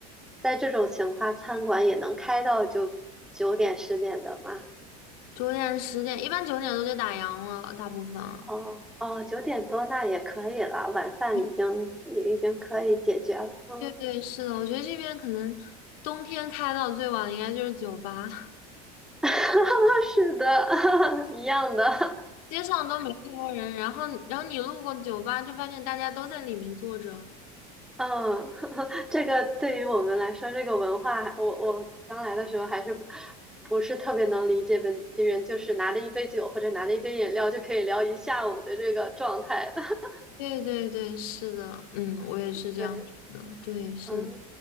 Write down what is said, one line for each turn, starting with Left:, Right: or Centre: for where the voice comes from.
Centre: 在这种情况，餐馆也能开到就九点十点的吗？
Left: 九点十点，一般九点多就打烊了，大部分。
Centre: 哦哦，九点多那也可以了，晚饭已经也已经可以解决了。
Left: 对
Centre: 嗯，
Left: 对对是的，我觉得这边可能冬天开到最晚的应该就是酒吧，<laughs>
Centre: <laughs> 是的，<laughs> 一样的。
Left: 街上都没什么人，然后然后你路过酒吧就发现大家都在里面坐着。
Centre: 嗯，<laughs> 这个对于我们来说，这个文化，我我刚来的时候还是不不是特别能理解本地人，就是拿着一杯酒或者拿着一杯饮料就可以聊一下午的这个状态的。<laughs>
Left: 对对对，是的，嗯，我也是这样觉得，
Centre: 对，
Left: 对，是的，
Centre: 嗯，